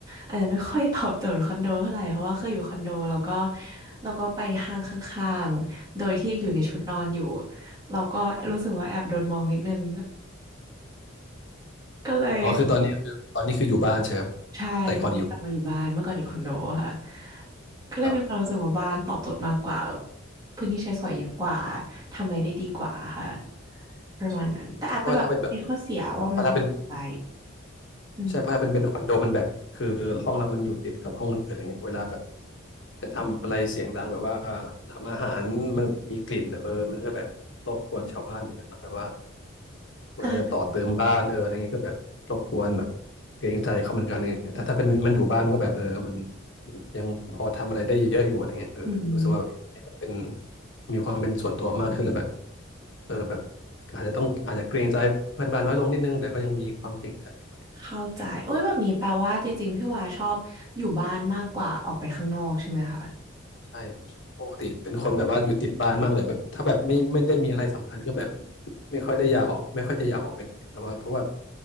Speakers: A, on the right (about 20°); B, on the left (about 60°).
A: อาจจะไม่ค่อยตอบโจทย์คอนโดเท่าไหร่เพราะว่าเคยอยู่คอนโดแล้วก็แล้วก็ไปห้างข้างๆโดยที่ยังอยู่ในชุดนอนอยู่เราก็รู้สึกว่าแอบโดนมองนิดนึง <laughs> ก็เลย
B: อ๋อคือตอนนี้คือตอนนี้คืออยู่บ้านใช่ไหมครับ
A: ใช่ตอนนี้กลับมาอยู่บ้านเมื่อก่อนอยู่คอนโดค่ะ
B: แต่ก่อนอยู่
A: ก็เลยมีความรู้สึกว่าบ้านตอบโจทย์มากกว่า
B: ครับ
A: พื้นที่ใช้สอยเยอะกว่าทำอะไรได้ดีกว่าค่ะประมาณนั้นแต่อาจจะแบบมีข้อเสียว่ามันต้องไกล
B: เพราะว่าถ้าเป็นแบบถ้าเป็น
A: อืม
B: ใช่เพราะถ้าเป็นเป็นคอนโดมันแบบคือห้องเรามันอยู่ติดกับห้องคนอื่นอะไรเงี้ยเวลาแบบจะทำอะไรเสียงดังแบบว่าทำอาหารมันมีกลิ่นอะเออมันก็แบบรบกวนชาวบ้านเหมือนกันเนาะแบบว่าเวลาจะต่อเติมบ้านเอออะไรเงี้ยก็แบบรบกวนแบบเกรงใจเขาเหมือนกันเนี่ยถ้าถ้าเป็นมันอยู่บ้านมันก็แบบเออมัน
A: อ่ะ
B: ยังพอทำอะไรได้เยอะอยู่อะไรเงี้ยเออรู้สึกว่าแบบเป็น
A: อืม
B: มีความเป็นส่วนตัวมากขึ้นแล้วแบบเออแบบอาจจะต้องอาจจะเกรงใจเพื่อนบ้านน้อยลงนิดนึงแต่ก็ยังมีความเกรงใจอยู่
A: เข้าใจโอ้ยแบบนี้แปลว่าจริงๆพี่วาชอบอยู่บ้านมากกว่าออกไปข้างนอกใช่ไหมคะ
B: ใช่ปกติเป็นคนแบบว่าอยู่ติดบ้านมากเลยแบบถ้าแบบไม่ไม่ได้มีอะไรสำคัญก็แบบไม่ค่อยได้อยากออกไม่ค่อยจะอยากออกไปไหนแบบว่าเพราะว่า